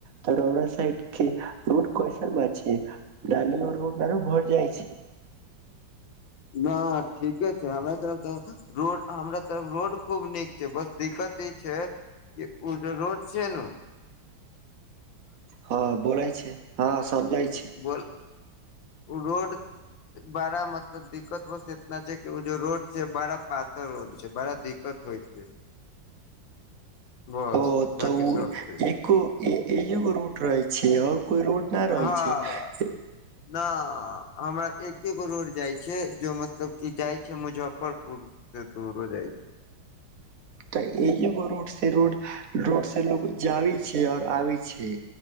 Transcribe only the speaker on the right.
त ड के रोड कैसन छै डाल रोडार भरि जाइ छै
हँ बोलैय छी हँ समझै छी
ओ
त
एको एक इ एोगो रूट रहे छी आओर कोइ रोड न रहै
छै
तऽ एजगो रोड से रोड रोड से लोक जाबी छियै और आ छियै